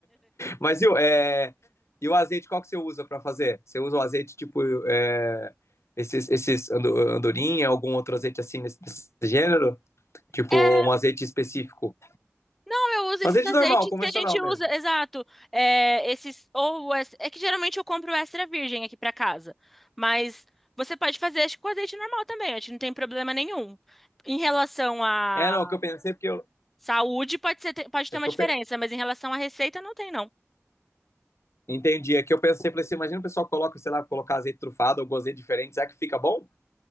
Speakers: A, on the left (about 65°); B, in the centre.
A: Mas viu, é, e o azeite, qual que você usa para fazer? Você usa o azeite tipo é, esses, esses ando- andorinha, algum outro azeite assim nesse, desse gênero? Tipo,
B: É,
A: um azeite específico.
B: Não, eu uso esses
A: Um azeite
B: azeites
A: normal, convencional
B: que a gente
A: mesmo.
B: usa, exato. É, esses ou es- é que geralmente eu compro extra virgem aqui pra casa, mas você pode fazer acho que com azeite normal também, acho que não tem problema nenhum. Em relação à
A: É, não, é o que eu pensei, porque eu.
B: saúde, pode ser, pode ter
A: É
B: uma
A: que
B: diferença,
A: eu pe-
B: mas em relação à receita não tem não.
A: entendi, é que eu pensei, falei assim, imagina o pessoal coloca, sei lá, colocar azeite trufado ou azeite diferente, será que fica bom?